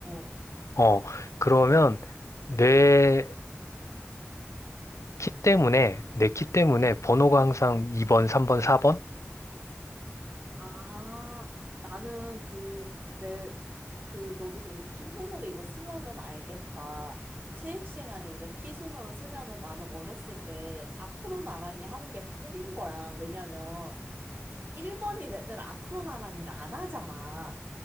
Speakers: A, on the right; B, on the left.
A: 어.
B: 어, 그러면 내 키 때문에, 내 키 때문에 번호가 항상 2번, 3번, 4번?
A: 아, 나는 그, 내, 그, 너도 그러면 키순으로 이거 쓰면은 알겠다. 체육 시간에 이제 키순으로 쓰면은 나는 어렸을 때 앞으로 나란히 하는 게 꿈인 거야. 왜냐면 일 번인 애들은 앞으로 나란히를 안 하잖아.